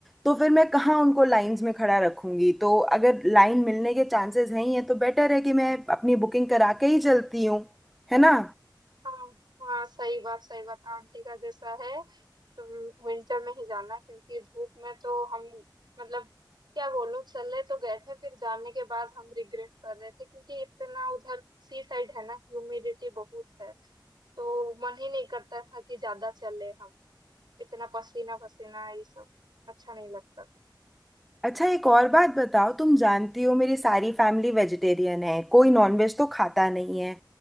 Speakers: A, in the centre; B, on the right.
A: तो फिर मैं कहाँ उनको लाइंस में खड़ा रखूंगी तो अगर लाइन मिलने के चांसेस हैं ही हैं तो बेटर है कि मैं अपनी बुकिंग करा के ही चलती हूँ है ना
B: हाँ हाँ सही बात सही बात आंटी का जैसा है तुम विंटर में ही जाना क्योंकि धूप में तो हम मतलब क्या बोलूं चले तो गए थे फिर जाने के बाद हम रिग्रेट कर रहे थे क्योंकि इतना उधर सी साइड है ना ह्यूमिडिटी बहुत है तो मन ही नहीं करता था कि ज्यादा चले हम इतना पसीना पसीना ये सब अच्छा नहीं लगता था
A: अच्छा एक और बात बताओ तुम जानती हो मेरी सारी फैमिली वेजिटेरियन है कोई नॉनवेज तो खाता नहीं है